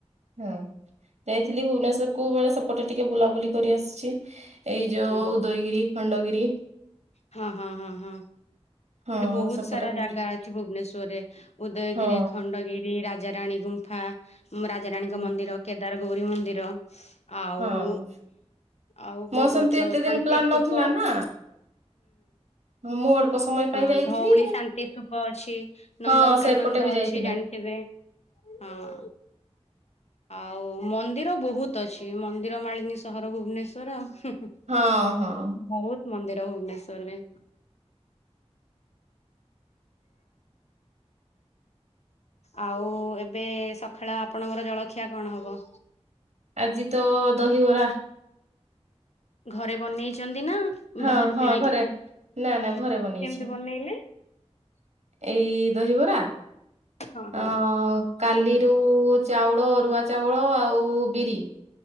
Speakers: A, on the right; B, on the left.
A: ହଁ। ଯାଇଥିଲି ଭୁବନେଶ୍ଵର କୋ ବେଳେ ସେପଟେ ଟିକେ ବୁଲାବୁଲି କରି ଆସିଛି। ଏଇ ଯୋଉ
B: ହୁଁ
A: ଉଦୟଗିରି ଖଣ୍ଡଗିରି।
B: ହଁ ହଁ ହଁ ହଁ
A: ହଁ
B: ଏଠି ବହୁତ
A: ସେପଟେ
B: ସାରା
A: ବୁଲ
B: ଜାଗା ଅଛି ଭୁବନେଶ୍ଵରରେ ଉଦୟଗିରି,
A: ହଁ
B: ଖଣ୍ଡଗିରି, ରାଜାରାଣୀ ଗୁମ୍ଫା। ରାଜାରଣୀଙ୍କ
A: ହଁ
B: ମନ୍ଦିର, କେଦାରଗୌରୀ ମନ୍ଦିର ଆଉ,
A: ହଁ।
B: ଆଉ
A: ମୋର ସେମିତି
B: ମତଲବ
A: ଏତେ
B: ଶାନ୍ତିସ୍ଥୁପ
A: ଦିନ ପ୍ଲାନ୍ ନଥିଲା ନା ହଁ ମୁଁ ଅଳ୍ପ ସମୟ ପାଇଁ
B: ହୁଁ
A: ଯାଇଥିଲି।
B: ଧଉଳି ଶାନ୍ତିସ୍ଥୁପ ଅଛି।
A: ହଁ
B: ନନ୍ଦନକାନନ
A: ସେପଟେ ବି
B: ତ
A: ଯାଇଥିଲୁ
B: ଅଛି ଜାଣିଥିବେ। ହଁ ଆଉ ମନ୍ଦିର ବହୁତ ଅଛି। ମନ୍ଦିର ମାଳିନୀ ସହର ଭୁବନେଶ୍ୱର ଆଉ।
A: ହଁ ହଁ।
B: ବହୁତ ମନ୍ଦିର ଭୁବନେଶ୍ଵରରେ ଆଉ ଏବେ ସକାଳ ଆପଣଙ୍କର ଜଳଖିଆ କଣ ହବ?
A: ଆଜି ତ ଦହିବରା।
B: ଘରେ ବନେଇଛନ୍ତି। ଦିନ
A: ହଁ
B: ବାହାରୁ
A: ହଁ
B: କିଣା
A: ଘରେ
B: କିିରି।
A: ନା ନା ଘରେ
B: କେମିତି
A: ବନେଇଛି
B: ବନେଇଲେ।
A: ଏଇ ଦହିବରା
B: ହଁ ହଁ
A: ଅ କାଲିରୁ ଚାଉଳ, ଅରୁଆ ଚାଉଳ ଆଉ ବିରି